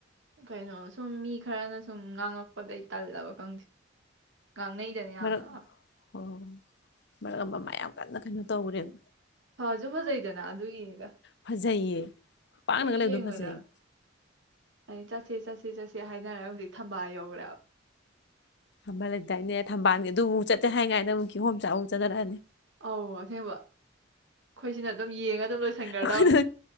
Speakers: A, on the right; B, on the left.
A: ꯀꯩꯅꯣ ꯁꯨꯝ ꯃꯤ ꯈꯔꯅ ꯁꯨꯝ ꯉꯥꯡꯉꯛꯄꯗꯩ ꯇꯜꯂꯕ ꯈꯪꯗꯦ ꯉꯥꯡꯅꯩꯗꯅ ꯌꯥꯝꯅ
B: ꯃꯔꯛ ꯍꯣꯏ ꯍꯣꯏ ꯃꯔꯛ ꯑꯃ ꯃꯌꯥꯝ ꯀꯟꯅ ꯀꯩꯅꯣ ꯇꯧꯒꯔ꯭ꯦꯕ
A: ꯐꯁꯨ ꯐꯖꯩꯗꯅ ꯑꯗꯨꯒꯤꯅꯤꯗ
B: ꯐꯖꯩꯌꯦ ꯄꯥꯛꯅꯒ
A: ꯍꯦꯛ
B: ꯂꯩꯕꯗꯣ
A: ꯌꯦꯡꯕꯗ
B: ꯐꯖꯩꯌꯦ
A: ꯑꯩ ꯆꯠꯁꯦ ꯆꯠꯁꯦ ꯁꯤ ꯆꯠꯁꯦ ꯍꯥꯏꯅ ꯍꯧꯖꯤꯛ ꯊꯝꯕꯥꯜ ꯌꯧꯒꯔ꯭ꯦꯕ
B: ꯊꯝꯕꯜ ꯂꯩꯇꯥꯏꯅꯦ ꯊꯝꯕꯥꯜꯒꯤ ꯑꯗꯨ ꯑꯃꯨꯛ ꯆꯠꯁꯦ ꯍꯥꯏꯉꯥꯏꯅ ꯑꯃꯨꯛ ꯀꯤꯍꯣꯝ ꯆꯥꯕ ꯑꯃꯨꯛ ꯆꯠꯅꯔꯛꯑꯅꯤ
A: ꯑꯧ ꯑꯁꯦꯡꯕ ꯑꯩꯈꯣꯏꯁꯤꯅ ꯑꯗꯨꯝ ꯌꯦꯡꯉ ꯑꯗꯨꯝ ꯂꯣꯏꯁꯤꯟꯒ꯭ꯔꯗꯩꯅꯦ
B: ꯑꯩꯈꯣꯏꯅ